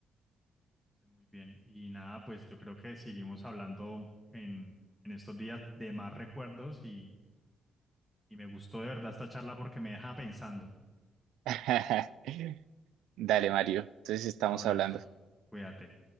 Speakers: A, in the centre; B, on the right.
A: Hice Muy bien. Y nada, pues yo creo que seguimos hablando en, en estos días de más recuerdos y, y me gustó de verdad esta charla porque me deja pensando.
B: <laughs> Dale, Mario. Entonces estamos
A: Un abrazo.
B: hablando.
A: Cuídate.